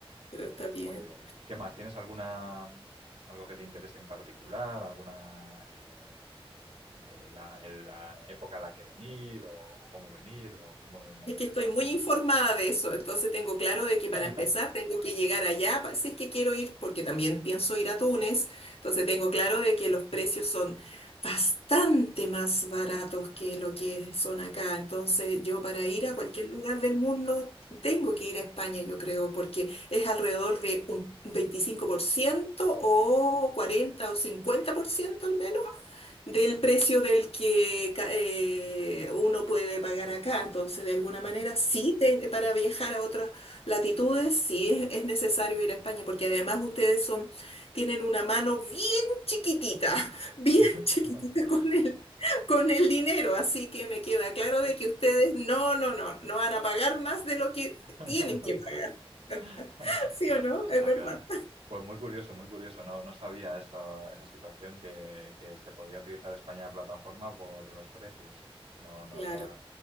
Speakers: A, on the left; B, on the right.
A: pero está bien.
B: Muy bien. ¿Qué más? ¿Tienes alguna algo que te interese en particular? ¿Alguna eh, eh, la, el- la época a la que venir o, o cómo venir o cómo moverte
A: Es que estoy
B: por aquí?
A: muy
B: No
A: informada
B: sé.
A: de eso, entonces tengo claro de que para
B: <laughs>
A: empezar tengo que llegar allá, pa- si es que quiero ir, porque también pienso ir a Túnez, entonces tengo claro de que los precios son bastante más baratos que lo que son acá, entonces yo para
B: No
A: ir
B: sé.
A: a cualquier lugar del mundo tengo que ir a España, yo creo, porque es alrededor de un veinticinco por ciento
B: Uh,
A: o 40 o 50% al menos del precio del que ca- eh, uno puede pagar acá. Entonces, de alguna
B: Ujú.
A: manera, sí, de- para viajar a otras latitudes, sí es, es necesario ir a España, porque además ustedes son, tienen una mano bien chiquitita, <laughs> bien
B: <laughs>
A: chiquitita con el, con el dinero. Así que me queda
B: Sí,
A: claro
B: sí.
A: de que ustedes no, no, no, no van a pagar más de lo que
B: <laughs>
A: tienen que pagar. <laughs>
B: <laughs>
A: ¿Sí o no?
B: Está
A: Es verdad.
B: claro. Pues muy curioso, muy curioso. No, no sabía esa, esa situación que, que se podía utilizar España de plataforma por los precios. No, no
A: Claro.
B: había,